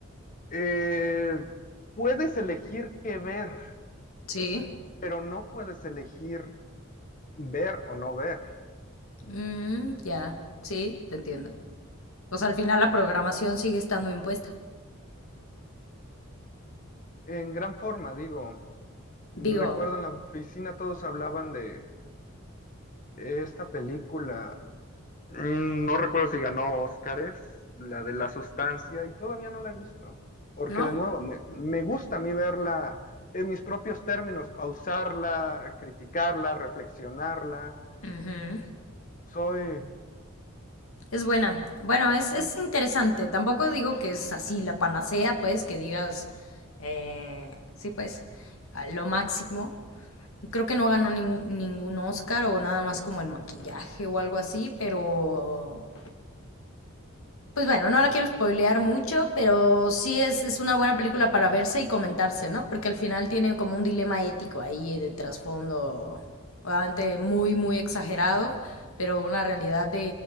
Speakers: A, on the left; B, on the left.
A: Eh, puedes elegir qué ver
B: sí.
A: pero no puedes elegir ver o no ver.
B: Mm, ya, sí, te entiendo. Pues al final la programación sigue estando impuesta.
A: En gran forma, digo, recuerdo
B: Digo,
A: en la oficina todos hablaban de esta película, mm, no recuerdo si ganó Óscares, la de la sustancia, y todavía no la he visto, porque
B: ¿no?
A: de nuevo, me, me gusta a mí verla en mis propios términos, pausarla, criticarla, reflexionarla.
B: Ujú.
A: Soy,
B: Es buena. Bueno, es, es
A: sí,
B: interesante. Tampoco digo que es así la panacea, pues, que digas, eh, sí, pues, a lo máximo. Creo que no ganó nin- ningún Oscar o nada más como en maquillaje o algo así, pero pues bueno, no la quiero spoilear mucho, pero sí es, es una buena película para verse y comentarse, ¿no? Porque al final tiene como un dilema ético ahí de trasfondo, obviamente muy, muy exagerado, pero una realidad de,